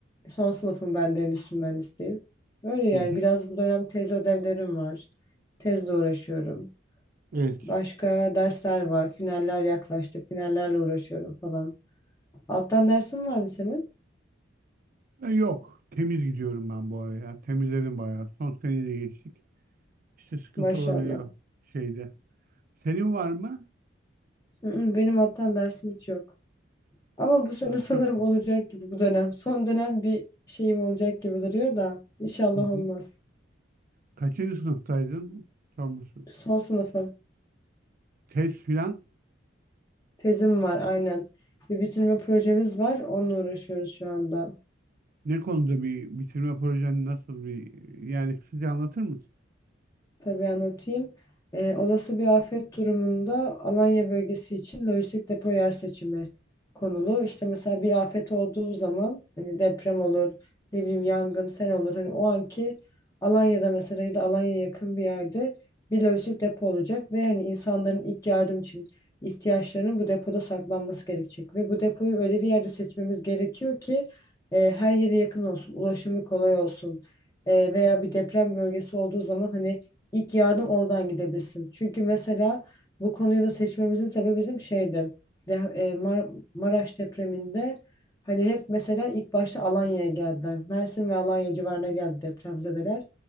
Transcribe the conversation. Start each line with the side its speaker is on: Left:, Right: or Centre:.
Left: Son sınıfım ben de endüstri mühendisliğim. Böyle yani
Right: Hı hı.
Left: biraz bu dönem tez ödevlerim var. Tezle uğraşıyorum.
Right: Evet.
Left: Başka dersler var. Finaller yaklaştı. Finallerle uğraşıyorum falan. Alttan dersin var mı senin?
Right: E, yok. Temiz gidiyorum ben bu araya. Temizledim bayağı. Son seneyi de geçtik. İşte sıkıntı
Left: Maşallah.
Right: olabiliyor şeyde. Senin var mı?
Left: Hı hı, Benim alttan dersim hiç yok. Ama bu sene
Right: Ha,
Left: <laughs> sanırım
Right: çok.
Left: olacak gibi bu dönem. Son dönem bir şeyim olacak gibi duruyor da. İnşallah
Right: <laughs>
Left: olmaz.
Right: Kaçıncı sınıftaydın? Sorması.
Left: Son sınıfım.
Right: Test filan.
Left: Tezim var aynen. Bir bitirme projemiz var. Onunla uğraşıyoruz şu anda.
Right: Ne konuda bir bitirme projen nasıl bir yani kısaca anlatır mısın?
Left: Tabii anlatayım. Ee, olası bir afet durumunda Alanya bölgesi için lojistik depo yer seçimi konulu. İşte mesela bir afet olduğu zaman hani deprem olur, ne bileyim yangın, sel olur. Hani o anki Alanya'da mesela ya da Alanya'ya yakın bir yerde bir lojistik depo olacak ve hani insanların ilk yardım için ihtiyaçlarının bu depoda saklanması gerekecek. Ve bu depoyu öyle bir yerde seçmemiz gerekiyor ki e, her yere yakın olsun, ulaşımı kolay olsun. E, veya bir deprem bölgesi olduğu zaman hani İlk yardım oradan gidebilsin. Çünkü mesela bu konuyu da seçmemizin sebebi bizim şeydi. De, e, Mar- Maraş depreminde hani hep mesela ilk başta Alanya'ya geldiler. Mersin ve Alanya civarına geldi depremzedeler.